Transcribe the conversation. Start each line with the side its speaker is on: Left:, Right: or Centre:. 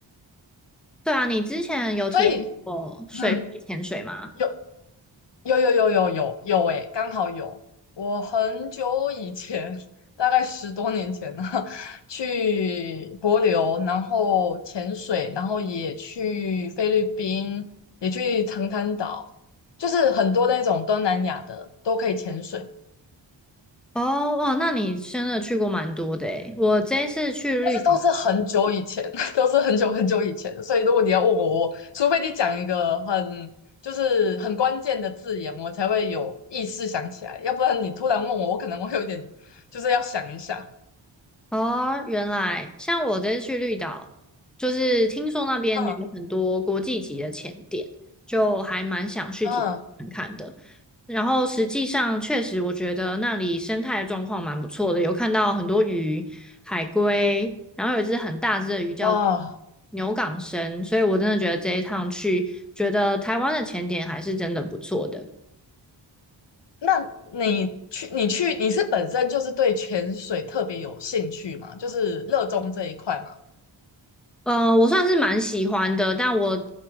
Centre: 对啊，你之前有体验过水肺潜水吗？
Left: 所以，嗯，有有有有有有有，哎，刚好有。我很久以前，<laughs> 大概十多年前呢，<laughs> 去帛琉，然后潜水，然后也去菲律宾，也去长滩岛，就是很多那种东南亚的都可以潜水。
Centre: 哦，哇，那你真的去过蛮多的诶。我这一次去绿，
Left: 但是都是很久以前，<laughs> 都是很久很久以前的，所以如果你要问我，我除非你讲一个很就是很关键的字眼，我才会有意识想起来，要不然你突然问我，我可能会有点就是要想一下。
Centre: 哦，原来像我这次去绿岛，就是听说那边有很多国际级的潜点，
Left: 嗯，
Centre: 就还蛮想去体验看看的。
Left: 嗯，
Centre: 然后实际上，确实我觉得那里生态的状况蛮不错的，有看到很多鱼、海龟，然后有一只很大只的鱼叫
Left: 哇，
Centre: 牛港生，所以我真的觉得这一趟去，觉得台湾的潜点还是真的不错的。
Left: 那你去你去你是本身就是对潜水特别有兴趣嘛？就是热衷这一块嘛？
Centre: 嗯，我算是蛮喜欢的，但我